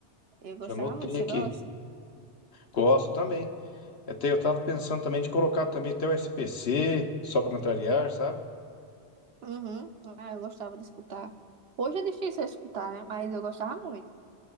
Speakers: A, on the right; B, on the left.
A: Eu gostava
B: Já anotei
A: muito. Você
B: aqui.
A: gosta?
B: Gosto também. Até eu tava pensando também de colocar também até o SPC, só pra contrariar, sabe?
A: Uhum. Ah, eu gostava de escutar. Hoje é difícil eu escutar, né? Mas eu gostava muito.